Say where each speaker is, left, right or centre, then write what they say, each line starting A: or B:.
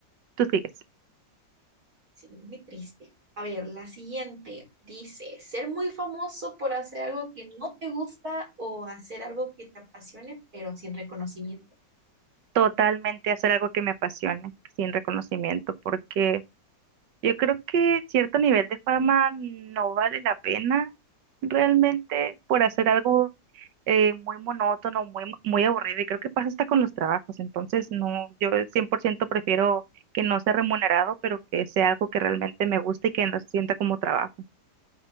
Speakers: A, on the right; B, on the right.
A: tú sigues.
B: Sí, muy triste. A ver, la siguiente dice, ser muy famoso por hacer algo que no te gusta o hacer algo que te apasione, pero sin reconocimiento.
A: totalmente hacer algo que me apasione, sin reconocimiento, porque yo creo que cierto nivel de fama no vale la pena realmente por hacer algo eh, muy monótono, muy, muy aburrido, y creo que pasa hasta con los trabajos, entonces no, yo 100% prefiero que no sea remunerado, pero que sea algo que realmente me guste y que no se sienta como trabajo.